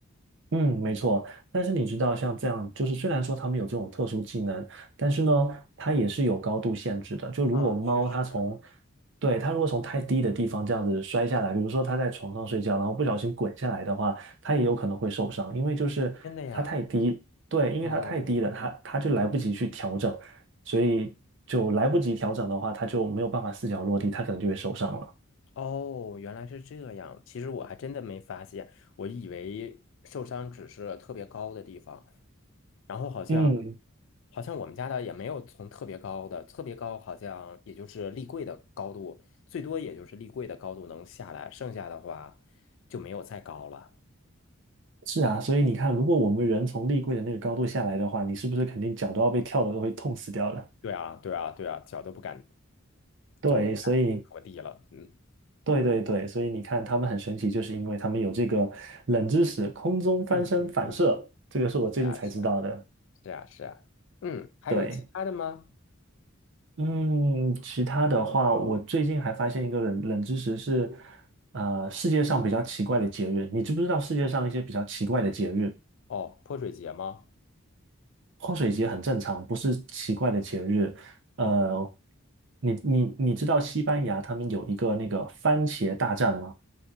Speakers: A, on the right; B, on the left.
A: 嗯，没错。但是你知道，像这样，就是虽然说他们有这种特殊技能，但是呢，它也是有高度限制的。就如果猫它从，
B: 啊，确实啊，
A: 对，它如果从太低的地方这样子摔下来，比如说它在床上睡觉，然后不小心滚下来的话，它也有可能会受伤，因为就是它太低，
B: 真的呀。
A: 对，因为它太低了，
B: 哦
A: 它它就来不及去调整，所以就来不及调整的话，它就没有办法四脚落地，它可能就会受伤了。
B: 哦，原来是这样。其实我还真的没发现，我以为受伤只是特别高的地方。然后好像
A: 嗯，
B: 好像我们家的也没有从特别高的，特别高好像也就是立柜的高度，最多也就是立柜的高度能下来，剩下的话就没有再高了。
A: 是啊，所以你看，如果我们人从立柜的那个高度下来的话，你是不是肯定脚都要被跳的都会痛死掉了？
B: 对啊，对啊，对啊，脚都不敢，
A: 对，
B: 脚都不敢着地了。
A: 所以
B: 嗯
A: 对对对，所以你看他们很神奇，就是因为他们有这个冷知识，空中翻身反射，
B: 嗯嗯嗯，
A: 这个是我最近才知道的。
B: 是啊是啊是啊是啊。嗯，还有其他的吗？
A: 对，嗯，其他的话，我最近还发现一个冷冷知识是，呃，世界上比较奇怪的节日，你知不知道世界上一些比较奇怪的节日？
B: 哦，泼水节吗？
A: 泼水节很正常，不是奇怪的节日。
B: 哦
A: 呃，你你你知道西班牙他们有一个那个番茄大战吗？